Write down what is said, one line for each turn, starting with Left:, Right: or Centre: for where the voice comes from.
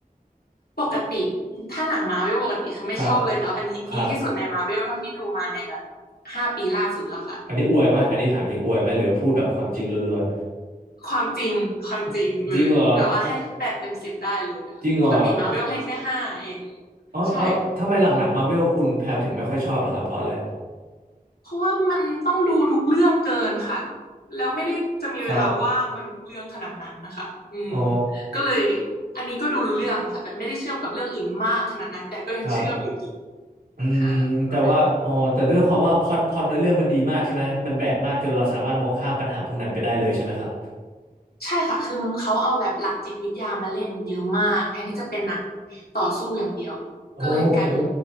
Left: ปกติถ้าหนังมาเวลปกติคือไม่ชอบเลยแต่ว่าอันนี้ดีที่สุดในมาเวลเท่าที่ดูมาในแบบ
Right: ครับครับ
Left: ห้าปีล่าสุดแล้วค่ะ
Right: อันนี้อวยป่ะอันนี้ถามจริงอวยไหมหรือว่าพูดแบบความจริงล้วน
Left: ความจริงความจริงเลยแบบว่าให้แปดเต็มสิบได้เลยค่ะปกติมาเวลให้แค่ห้าเอง
Right: ๆจริงเหรอจริงเหรออ๋อาเอาทำไมหลังๆมาเวลคุณแพรถึงไม่ค่อยชอบเหรอครับเพราะอะไร
Left: ใช่ เพราะว่ามันต้องดูทุกเรื่องเกินค่ะแล้วไม่ได้จะมีเวลาว่างมาดูทุกเรื่องขนาดนั้นนะคะอืม
Right: ครับอ๋อ
Left: ก็เลยอันนี้ก็ดูรู้เรื่องค่ะแบบไม่ได้เชื่อมกับเรื่องอื่นมากขนาดนั้นแต่ก็ยังเชื่อมอยู่ดี
Right: ครับอืมแต่ว่าอ๋อแต่ด้วยความว่าพล็อตพล็อตในเรื่องมันดีมากใช่ไหมมันแบกมากจนเราสามารถมองข้ามปัญหาพวกนั้นไปได้เลยใช่ไหมครับ
Left: ค่ะประมาณนี้ใช่ค่ะคือเขาเอาแบบหลักจิตวิทยามาเล่นเยอะมากแทนที่จะเป็นหนังต่อสู้อย่างเดียวก็เลยกลายเป็น
Right: โอ้โอ้